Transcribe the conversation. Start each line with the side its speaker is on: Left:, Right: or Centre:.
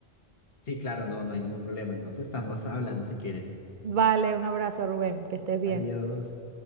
Left: Sí, claro, no, no hay ningún problema. Entonces estamos hablando si quieres.
Right: Vale, un abrazo, Rubén, que estés bien.
Left: Adiós.